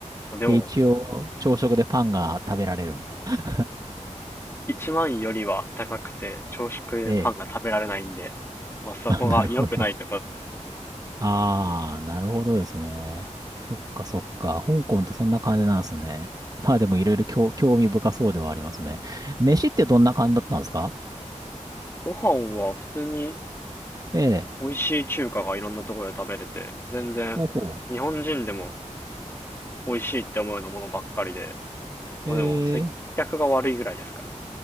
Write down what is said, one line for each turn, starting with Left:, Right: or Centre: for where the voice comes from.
Left: でも、
Right: で、一応、朝食でパンが食べられるみたいな。
Left: 1万よりは高くて、朝食でパンが食べられないんで、
Right: ええ。
Left: まあそこが良くないとか、
Right: <laughs> あ、なるほど。ああ、なるほどですね。そっかそっか。香港ってそんな感じなんですね。まあでもいろいろ興興味深そうではありますね。飯ってどんな感じだったんですか
Left: ご飯は普通に
Right: ええ。
Left: 美味しい中華がいろんなところで食べれて、全然日本人でも
Right: ほうほ
Left: 美味しいって思うようなものばっかりで、
Right: う。
Left: まあでも接客が悪いぐらいですかね。
Right: ええ。